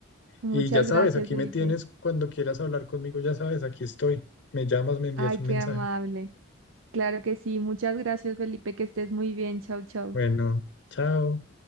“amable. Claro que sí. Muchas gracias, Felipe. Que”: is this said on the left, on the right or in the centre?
Right